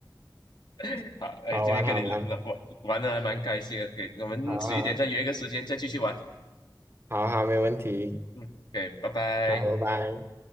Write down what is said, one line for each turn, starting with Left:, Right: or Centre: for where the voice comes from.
Left: <laughs> 好，
Right: <laughs>
Left: 哎，
Right: 好玩好玩，
Left: 今天跟你聊玩玩的还蛮开心的，可以，我们迟一点再约一个时间再继续玩。
Right: 好好好好，没问题，
Left: 嗯对，拜拜。
Right: 好，拜拜。